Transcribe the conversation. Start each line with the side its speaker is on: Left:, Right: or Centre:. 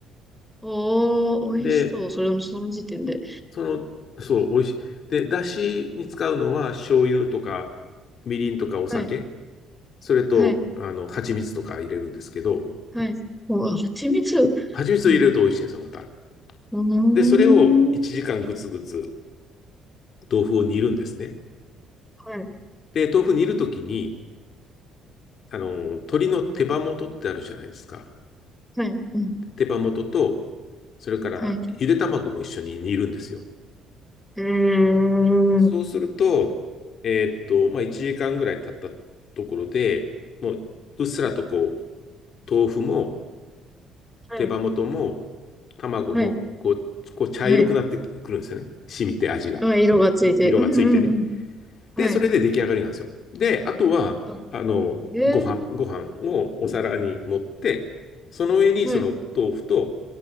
Centre: おー、美味しそう。
Left: で、
Centre: それもその時点で。
Left: その、そう、美味しい。で、だしに使うのは醤油とか、みりんとかお酒、
Centre: <laughs> はい。
Left: それと、
Centre: はい。
Left: あの、蜂蜜とか入れるんですけど、
Centre: はい。もうあ、蜂蜜。
Left: 蜂蜜を入れると美味しいんですよ、
Centre: うん。
Left: また。
Centre: うーん。
Left: で、それを1時間ぐつぐつ豆腐を煮るんですね。
Centre: はい。
Left: で、豆腐煮るときに、あの、鶏の手羽元ってあるじゃないですか。
Centre: はい。うん。
Left: 手羽元と、それからゆで卵も一緒に煮るんですよ。
Centre: はい。うーは
Left: そうすると、えーっと、まあ、1時間ぐらい経ったところで、もう、うっすらとこう、豆腐も、手羽元も、
Centre: い。
Left: 卵も、
Centre: はい。
Left: こう、こう茶色くなってくるんですよね。
Centre: はい。
Left: 染みて味が。
Centre: あ、色がついて。
Left: 色がついてね。
Centre: うんうん
Left: で、
Centre: うん。はい。
Left: それで出来上がりなんですよ。で、あとは、
Centre: あ
Left: あの、
Centre: へえー、
Left: ご飯、ご飯をお皿に盛って、その上にその豆腐と、
Centre: はい。